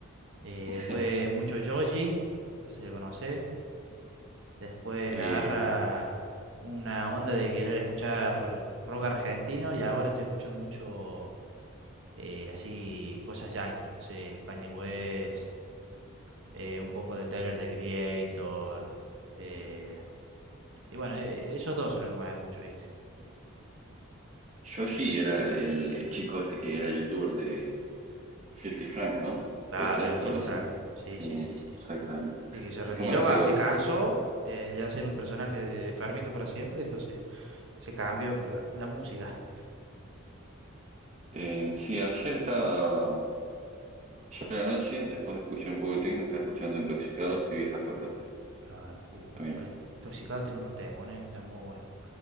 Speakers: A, on the right; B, on the right.
A: eh,
B: <laughs>
A: después mucho Joji, no sé si lo conocés, después
B: Eh,
A: me agarra una onda de querer escuchar rock argentino y ahora estoy escuchando mucho eh, así cosas yankee, no sé, Kanye West, eh, un poco de Tyler, The Creator. eh, y bueno, eh, esos dos son los que más escucho, ¿viste?
B: Yoshi era el, el- el chico este que era youtuber de Filthy Frank, ¿no?
A: Claro,
B: ¿Puede ser?
A: era
B: O
A: Filthy
B: algo así.
A: Frank. Sí,
B: Sí,
A: sí, sí, sí.
B: exactamente.
A: Y que se retiró,
B: Es como la
A: va,
B: pegó
A: se
B: ese.
A: cansó de, de hacer un personaje de- enfermito para siempre, entonces se cambió para la música.
B: Eh, sí, ayer estaba, ayer a la noche, después de escuchar un poco de techno, estaba escuchando Intoxicados y Viejas Locas
A: Claro, jugó.
B: también.
A: Vale, Intoxicado tiene unos temones, está muy bueno.